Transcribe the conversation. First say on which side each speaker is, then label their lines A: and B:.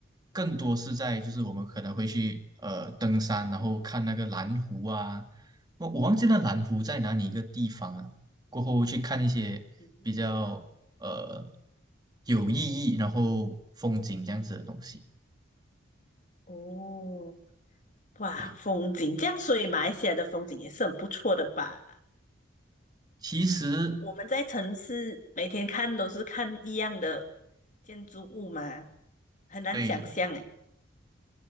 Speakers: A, on the right; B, on the left.
A: 更多是在就是我们可能会去呃登山，然后看那个蓝湖啊，我我忘记那蓝湖在哪里一个地方了，过后去看一些比较呃
B: 嗯，
A: 有意义，然后风景这样子的东西。
B: 哦，哇，
A: 对，
B: 风景这样，所以马来西亚的风景也是很不错的吧？
A: 其实
B: 我们在城市每天看都是看一样的建筑物嘛，很难想象诶。
A: 对，